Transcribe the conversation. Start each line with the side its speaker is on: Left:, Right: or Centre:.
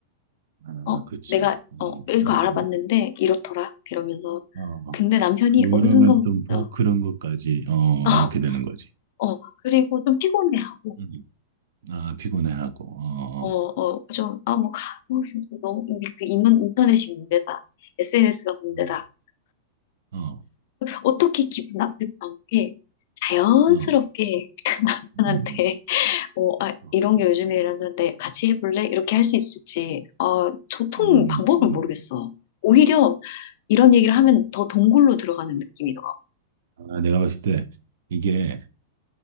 Right: 아,
Left: 어,
Right: 그렇지.
Left: 내가,
Right: 음,
Left: 어, 이거
Right: 음,
Left: 알아봤는데 이렇더라. 이러면서.
Right: 음. 어,
Left: 근데 남편이
Right: 그러면
Left: 어느 순간,
Right: 또 뭐
Left: 어,
Right: 그런 것까지, 어,
Left: <laughs> 어,
Right: 이렇게 되는 거지.
Left: 어, 그리고 좀 피곤해하고,
Right: 음. 아, 피곤해하고, 어
Left: 어, 어, 좀, 아, 뭐, 가, 뭐, 너무, 이게 그 인원, 인터넷이 문제다. SNS가 문제다.
Right: 어, 어,
Left: 어떻게 기분 나쁘지 않게 자연스럽게
Right: 어, 어,
Left: <laughs>
Right: 음,
Left: 남편한테 뭐, 아,
Right: 어,
Left: 이런 게 요즘에 이랬는데 같이 해볼래? 이렇게 할 수 있을지, 어 도통
Right: 음,
Left: 방법을
Right: 음.
Left: 모르겠어. 오히려 이런 얘기를
Right: 음,
Left: 하면 더 동굴로 들어가는 느낌이더라고.
Right: 어 아, 내가 봤을 때 이게